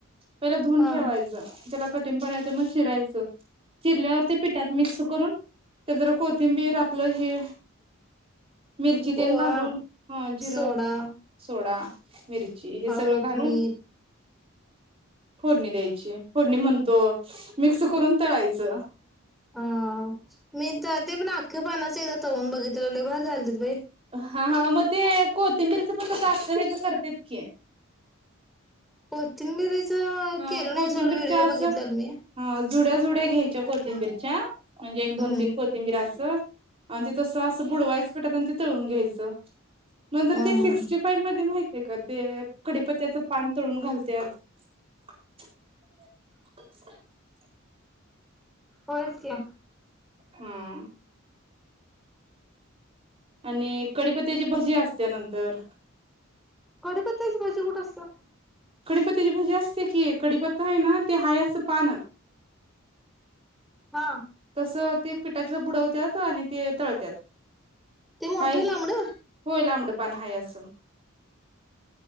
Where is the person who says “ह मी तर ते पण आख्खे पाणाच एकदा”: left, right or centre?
Centre